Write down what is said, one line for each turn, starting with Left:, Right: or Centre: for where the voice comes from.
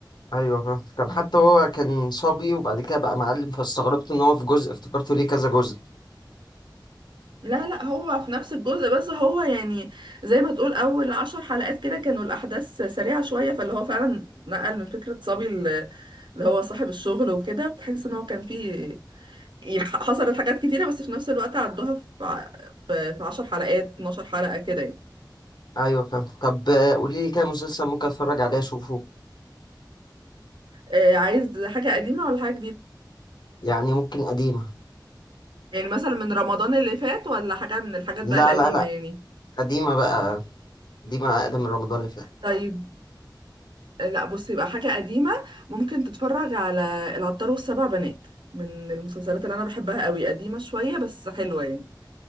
Left: ايوه فاهم كان حتى هو كان صبي وبعد كده بقى معلم فاستغربت ان هو في جزء افتكرته ليه كذا جزء
Right: لا لا هو في نفس الجزء بس هو يعني زي ما تقول اول عشر حلقات كده كانوا الاحداث سريعة شوية فاللي هو فعلا نقل من فكرة صبي ل- اللي هو صاحب الشغل وكده تحس ان هو كان فيه ي- حصلت حاجات كتيرة بس في نفس الوقت عدوها في ع- في في عشر حلقات 12 حلقة كده يعني
Left: ايوه فاهم طب آه، قولي لي كده مسلسل ممكن اتفرج عليه اشوفه
Right: آه، عايز حاجة قديمة ولا حاجة جديدة
Left: يعني ممكن قديمة
Right: يعني مثلا من رمضان اللي فات ولا حاجة من الحاجات
Left: لا
Right: بقى القديمة
Left: لا لا
Right: يعني
Left: قديمة بقى قديمة اقدم من رمضان اللي فات
Right: طيب لا بصي يبقى حاجة قديمة ممكن تتفرج على العطار والسبع بنات من المسلسلات اللي أنا بحبها قوي قديمة شوية بس حلوة يعني